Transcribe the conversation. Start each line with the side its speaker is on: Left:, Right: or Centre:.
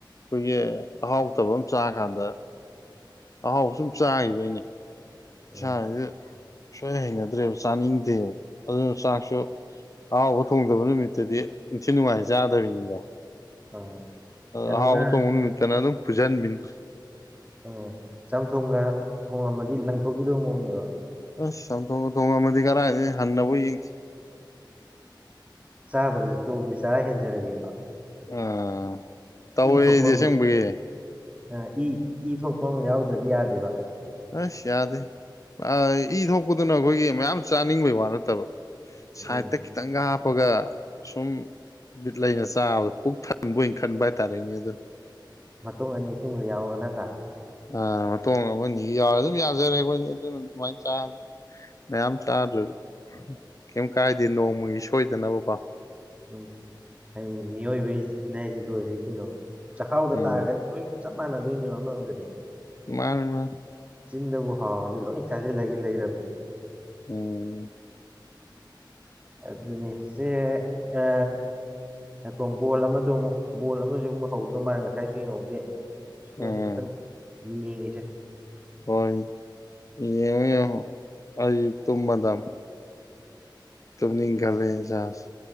Left: ꯑꯩꯈꯣꯏꯒꯤ ꯑꯍꯥꯎ ꯇꯕꯑꯝ ꯆꯥ ꯀꯥꯟꯗ ꯑꯍꯥꯎꯕꯥ ꯁꯨꯝ ꯆꯥꯒꯤꯕꯩꯅꯦ
Right: ꯎꯝ
Left: ꯏꯁꯥꯖꯤꯗ ꯁꯨꯛ ꯍꯩ ꯍꯩꯅꯗ꯭ꯔꯦꯕ ꯆꯥꯅꯤꯡꯗꯦꯕ ꯑꯗꯨꯅ ꯆꯥꯛꯁꯨ ꯑꯍꯥꯎꯕ ꯊꯣꯡꯗꯕ ꯅꯨꯃꯤꯠꯇꯗꯤ ꯏꯪꯊꯤ ꯅꯨꯡꯉꯥꯏ ꯆꯥꯗꯕꯤꯅꯤꯗꯣ
Right: ꯑꯥ ꯀꯩꯅꯣꯒ
Left: ꯑꯍꯥꯎꯕꯥ ꯊꯣꯡꯕ ꯅꯨꯃꯤꯠꯇꯅꯥ ꯑꯗꯨꯝ ꯐꯨꯖꯟꯕꯤꯅꯤ
Right: ꯑꯥ ꯆꯝꯊꯣꯡꯒ ꯊꯣꯡꯉꯝ ꯃꯗꯤ ꯂꯪꯊꯣꯛꯈꯤꯗꯧ ꯃꯑꯣꯡꯅꯦꯕ
Left: ꯑꯁ ꯆꯝꯊꯣꯡꯒꯥ ꯊꯣꯡꯉꯝꯃꯗꯤ ꯀꯔꯥꯏꯗꯩꯩ ꯍꯟꯅꯕꯨ ꯌꯦꯡꯗꯦ
Right: ꯆꯥꯗ꯭ꯔꯖꯨ ꯇꯣꯛ ꯑꯥꯒꯦ ꯆꯥ ꯍꯦꯟꯖꯔꯒꯦꯗꯣ
Left: ꯑꯥ ꯇꯧꯋꯦ
Right: ꯏ ꯊꯣꯛꯄ
Left: ꯑꯩꯗꯤ ꯑꯁꯦꯡꯕꯒꯤ
Right: ꯑꯃ ꯑꯥ ꯏ ꯏ ꯊꯣꯛꯄ ꯑꯃ ꯌꯥꯎꯗ꯭ꯔꯗꯤ ꯌꯥꯗꯦꯕ
Left: ꯑꯁ ꯌꯥꯗꯦ ꯑꯥ ꯏ ꯊꯣꯛꯄꯗꯨꯅ ꯑꯩꯈꯣꯏꯒꯤ ꯃꯌꯥꯝ ꯆꯥꯅꯤꯡꯕꯩ ꯋꯥ ꯅꯠꯇꯕ
Right: ꯎꯝ
Left: ꯁꯥꯏꯠꯇ ꯈꯤꯇꯪ ꯍꯥꯞꯄꯒ ꯁꯨꯝ ꯕꯤꯠ ꯂꯩꯅꯥ ꯆꯥꯕꯗꯣ ꯄꯨꯛꯊꯟ ꯊꯟꯕꯣꯏ ꯈꯟꯕ ꯍꯥꯏ ꯇꯥꯔꯦꯅꯦ ꯑꯗꯣ
Right: ꯃꯇꯣꯡ ꯑꯅꯤ ꯑꯍꯨꯝꯒ ꯌꯥꯎꯔꯒ ꯅꯠꯇ꯭ꯔꯥ
Left: ꯑ ꯃꯇꯣꯡ ꯑꯃꯅꯤꯒ ꯌꯥꯎꯔꯗꯤ ꯑꯗꯨꯝ ꯌꯥꯖꯔꯦ ꯑꯩꯈꯣꯏꯗꯤ ꯑꯗꯨꯅ ꯑꯗꯨꯃꯥꯏꯅ ꯆꯥꯔꯦ ꯃꯌꯥꯝ ꯆꯥꯗ꯭ꯔꯖꯨ ꯀꯩꯝ ꯀꯥꯏꯗꯦ ꯅꯣꯡꯃꯒꯤ ꯁꯣꯏꯗꯅꯕꯀꯣ
Right: ꯎꯝ ꯍꯥꯏꯅꯤ ꯃꯤꯑꯣꯏꯕꯩ ꯆꯤꯟ ꯍꯥꯏꯖꯦ ꯂꯣꯏꯔꯦ ꯀꯩꯅꯣ ꯆꯥꯛꯈꯥꯎꯗ
Left: ꯎꯝ
Right: ꯇꯥꯔꯒꯗꯤ ꯂꯣꯏꯝ ꯆꯞ ꯃꯥꯟꯅꯗꯣꯏꯅꯦꯕꯥ ꯑꯃꯔꯣꯝꯗꯗꯤ
Left: ꯃꯥꯟꯅꯦ ꯃꯥꯟꯅꯦ
Right: ꯆꯤꯟꯗꯕꯨ ꯍꯥꯎꯔꯗꯤ ꯂꯣꯏ ꯆꯥꯖꯤꯜꯂꯒꯦ ꯂꯩꯔꯕꯅꯦ
Left: ꯎꯝ
Right: ꯑꯗꯨꯅꯤ ꯁꯦ ꯑ ꯉꯏꯈꯣ ꯕꯣꯜ ꯑꯃꯗꯨꯃꯨꯛ ꯕꯣꯜ ꯑꯃꯖꯨ ꯑꯃꯨꯛ ꯍꯧꯗ꯭ꯔꯣ ꯃꯟꯅꯦ ꯉꯁꯥꯏꯁꯨ ꯌꯦꯡꯍꯧꯗꯦ ꯁꯤꯃꯖꯦ
Left: ꯎꯝ
Right: ꯑꯝꯇꯪ ꯌꯦꯡꯒꯦꯁꯦ
Left: ꯍꯣꯏ ꯌꯦꯡꯉꯣ ꯌꯦꯡꯉꯣ ꯑꯩꯖꯨ ꯇꯨꯝꯃꯗꯝ ꯇꯨꯝꯅꯤꯡꯈꯠꯂꯛꯑꯦ ꯏꯁꯥꯁꯦ